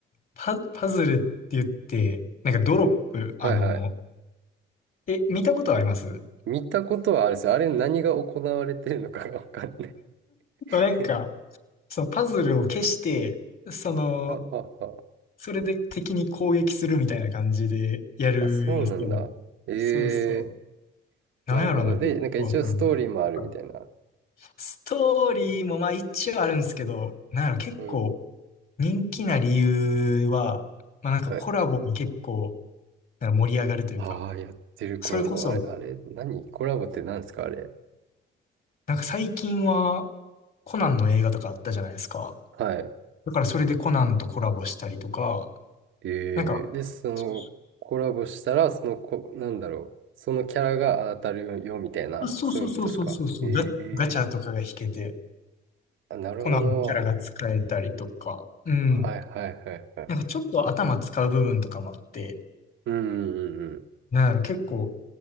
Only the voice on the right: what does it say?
はいはい。
見たことはあるんですよ。あれ何が行われてるのかがわかんない。<laughs>
ははは。
あ、そうなんだ。え
え
なるほど。で、
なんか一応ストーリーもあるみたいな。
うん、
はい。
ああ、やってるコラボ。
あれ、あれ、何コラボって何ですか、あれ。
はい。
え
えで、その、
コラボしたら、そのこ、なんだろう。そのキャラが当たるよ、みたいな。
そういうことですか。ええ
あ、なるほど。
はいはいはいはい。
うんうんうん。